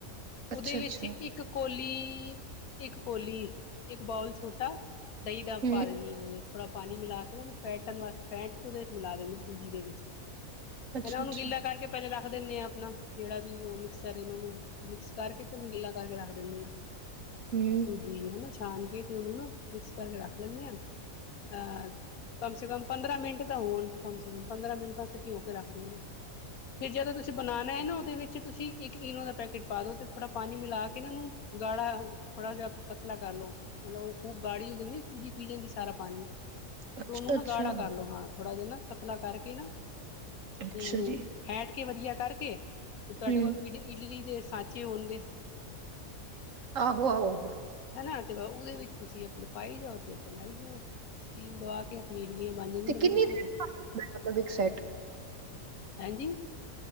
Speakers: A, on the right; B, on the left.
A: ਅੱਛਾ
B: ਉਹਦੇ ਵਿੱਚ
A: ਅੱਛਾ
B: ਇੱਕ ਕੋਲੀ ਇੱਕ ਕੋਲੀ ਇੱਕ ਬਓਲ ਛੋਟਾ। ਦਹੀਂ ਦਾ
A: ਹੂੰ
B: ਪਾ ਦਿੰਦੀ ਹਾਂ ਥੋੜਾ ਪਾਣੀ ਮਿਲਾ ਕੇ। ਇਹਨਾਂ ਨੂੰ ਫੈਟਣ ਵਾਸਤੇ ਫੈਟ ਕੇ ਉਹਦੇ ਵਿੱਚ ਮਿਲਾ ਦਿੰਦੇ ਸੂਜੀ ਦੇ ਵਿੱਚ
A: ਅੱਛਾ
B: ਇਹਨਾਂ ਉਹਨੂੰ
A: ਅੱਛਾ
B: ਗਿੱਲਾ ਕਰਕੇ। ਪਹਿਲੇ ਰੱਖ ਦਿੰਦੇ ਆ ਆਪਣਾ ਜਿਹੜਾ ਵੀ ਉਹ ਮਿਕਸਰ ਉਹਨੂੰ ਮਿਕਸ ਕਰਕੇ ਤੇ ਉਹਨੂੰ ਗਿੱਲਾ ਕਰਕੇ ਰੱਖ ਦਿੰਦੇ ਆ। <inaudible>
A: ਹੂੰ
B: ਜਿਹੜੀ ਸੂਜੀ ਹੈਨਾ, ਛਾਨ ਕੇ ਤੇ ਉਹਨੂੰ ਨਾ ਮਿਕਸ ਕਰਕੇ ਰੱਖ ਲੈਂਨੇ ਆ। ਅਹ ਕਮ ਸੇ ਕਮ ਪੰਦਰਾਂ ਮਿੰਟ ਤਾਂ ਹੋਣ ਕਮ ਸੇ ਕਮ ਪੰਦਰਾਂ ਮਿੰਟ ਵਾਸਤੇ ਭਿਂਓ ਕੇ ਰੱਖ ਦਿਨੇ। ਫਿਰ ਜਦੋਂ ਤੁਸੀ ਬਨਣਾ ਹੈ ਨਾ ਉਹਦੇ ਵਿੱਚ ਤੁਸੀਂ ਇੱਕ ਇਨੋ ਦਾ ਪੈਕੇਟ ਪਾ ਦੋ ਤੇ ਥੋੜਾ ਪਾਣੀ ਮਿਲਾ ਕੇ ਨਾ ਇਹਨੂੰ। ਗਾੜਾ ਥੋੜ੍ਹਾ ਜਿਹਾ ਪਤਲਾ ਕਰ ਲਉ। ਮਤਲਬ ਉਹ ਖੂਬ ਗਾੜੀ ਹੋ ਜਾਂਦੀ ਸੂਜੀ ਪੀ ਜਾਂਦੀ ਸਾਰਾ ਪਾਣੀ।
A: ਅੱਛਾ
B: ਤੇ ਉਹਨੂੰ ਨਾ
A: ਅੱਛਾ।
B: ਗਾੜਾ ਕਰ ਲਉ ਹਾਂ ਥੋੜਾ ਜਿਹਾ ਨਾ ਪਤਲਾ ਕਰਕੇ ਨਾ
A: ਅੱਛਾ
B: ਤੇ ਇਹਨੂੰ
A: ਜੀ
B: ਫੈਂਟ ਕੇ ਵਧੀਆ ਕਰਕੇ ਤੇ ਤੁਹਾਡੇ
A: ਹੂੰ
B: ਕੋਲ ਇਡਲੀ ਇਡਲੀ ਦੇ ਸਾਂਚੇ ਹੋਣਗੇ।
A: ਆਹੋ ਆਹੋ।
B: ਹਨਾ ਤੇ ਉਹਦੇ ਵਿੱਚ ਤੁਸੀਂ ਆਪਣੇ ਪਾਈ ਜਾਓ ਤੇ ਬਣਾਈ ਜਾਓ। ਸਟੀਮ ਦਵਾ ਕੇ ਇਡਲੀਆਂ ਬਨ ਜਾਂਦੀਆਂ।
A: ਤੇ
B: ਬੜੀ
A: ਕਿੰਨੀ
B: ਵਧੀਆ
A: ਦੇਰ
B: ਫਿਰ,
A: ਚ ਬਣ ਜਾਂਦਾ ਹੈ ਮਤਲਬ ਇੱਕ ਸੈਟ
B: ਹੈਂਜੀ